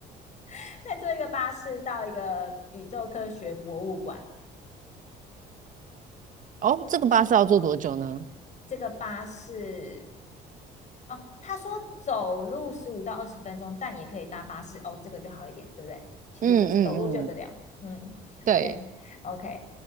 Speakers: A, on the left (about 45°); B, on the right (about 50°).
A: <laughs> 再坐一个巴士到一个宇宙科学博物馆。
B: 哦，这个巴士要坐多久呢？
A: 这个巴士哦，他说走路十五到二十分钟，但也可以搭巴士。哦，这个就好一点，对不对？其实走走路就得了。
B: 嗯嗯嗯，
A: 嗯，
B: 对，
A: 对，OK。